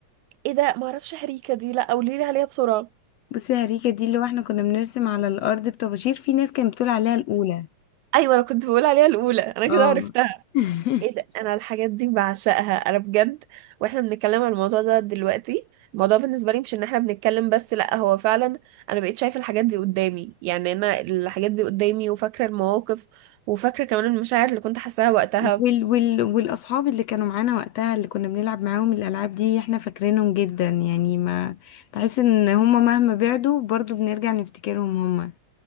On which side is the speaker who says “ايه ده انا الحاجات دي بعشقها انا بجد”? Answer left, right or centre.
Right